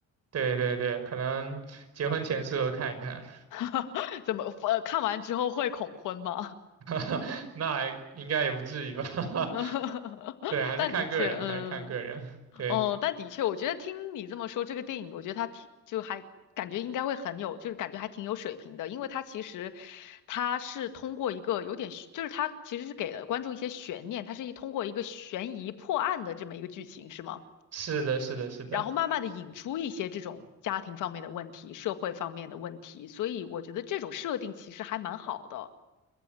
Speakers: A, on the right; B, on the left.
A: 对对对，可能结婚前适合看一看，
B: <laughs> 怎么，呃，看完之后会恐婚吗？
A: <laughs> 那应该也不至于吧？
B: <laughs>
A: <laughs> 对，还是看个人，
B: 但的确，嗯，
A: 还是看个人。对，
B: 哦，但的确，我觉得听你这么说，这个电影，我觉得它挺，就还感觉应该会很有，就是感觉还挺有水平的，因为它其实它是通过一个有点悬，就是它其实是给了观众一些悬念，它是一通过一个悬疑破案的这么一个剧情，是吗？
A: 是的，是的，是的，
B: 然后慢慢的引出一些这种家庭方面的问题、社会方面的问题，所以我觉得这种设定其实还蛮好的